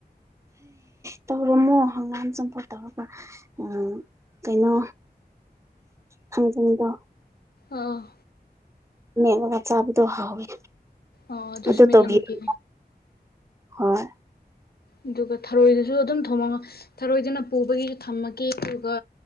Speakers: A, on the right (about 15°); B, on the left (about 65°).
A: ꯇꯧꯔꯝꯃꫭ ꯍꯪꯒꯥꯝ ꯆꯄꯠꯇꯔ ꯎꯝ ꯀꯩꯅꯣ ꯊꯥꯡꯖꯤꯡꯗꯣ
B: ꯑꫭ
A: ꯃꯦꯠꯂꯒ ꯆꯥꯕꯗꯣ ꯍꯥꯎꯋꯦ
B: ꯑꯣ ꯑꯗꯨꯁꯨ
A: ꯑꯗꯨ
B: ꯃꯦꯠꯂꯝꯒꯦ
A: ꯇꯧꯕꯤꯌꯨ ꯍꯣꯏ
B: ꯑꯗꯨꯒ ꯊꯔꯣꯏꯗꯨꯁꯨ ꯑꯗꯨꯝ ꯊꯣꯃꯒ ꯊꯔꯣꯏꯗꯨꯅ ꯄꯨꯕꯒꯤꯁꯨ ꯊꯝꯃꯒꯦ ꯑꯗꯨꯒ